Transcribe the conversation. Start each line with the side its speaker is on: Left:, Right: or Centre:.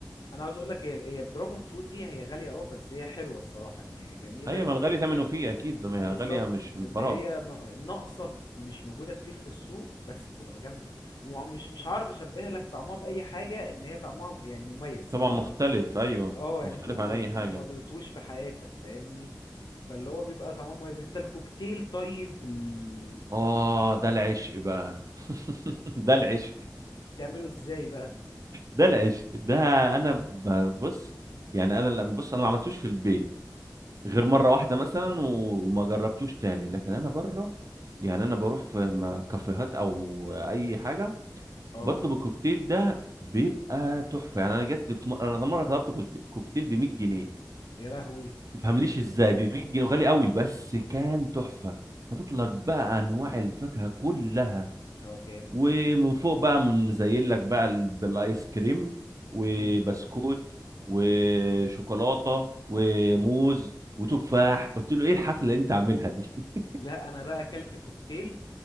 Left: انا عاوز اقول لك هي هي الدراجون فروت دي هي غالية اه بس هي حلوة الصراحة يعني هي جميلة
Right: ايوه ما الغالي ثمنه فيه اكيد ده ما
Left: بالظبط
Right: هي غاليه مش من
Left: ان
Right: فراغ
Left: هي م- ناقصة كت- مش موجودة كتير في السوق بس بتبقى جامدة ومش مش هعرف اشبه لك طعمها بأي حاجة ان هي طعمها يعني مميز
Right: طبعا مختلف ايوه
Left: اه يعني
Right: مختلف
Left: انت ما
Right: عن
Left: دوت-
Right: اي حاجه
Left: ما دوتوش في حياتك فاهمني فاللي هو بيبقى طعمه مميز انت الكوكتيل طيب ال...
Right: اه ده العشق بقى <laughs> ده
Left: اه
Right: العشق
Left: بتعمله ازاي بقى
Right: ده العشق ده انا ببص يعني انا لما بص انا ما عملتوش في البيت غير مره واحده مثلا وما جربتوش تاني لكن انا
Left: مم.
Right: بره يعني انا بروح في م- كافيهات او اي حاجه
Left: اه
Right: بطلب الكوكتيل ده بيبقى تحفه يعني انا جت في م... انا مره طلبت كولت- كوكتيل ب 100 جنيه
Left: يا لهوي
Right: تفهمليش ازاي
Left: مم.
Right: ب 100 جنيه غالي قوي بس كان تحفه هتطلق بقى انواع الفاكهه كلها
Left: اه جامد
Right: ومن
Left: ده
Right: فوق بقى مزين لك بقى ال- بالايس كريم وبسكوت
Left: مم.
Right: وشوكولاته وموز وتفاح قلت له ايه الحفله اللي انت عاملها دي <laughs>
Left: لا انا بقى اكلت كوكتيل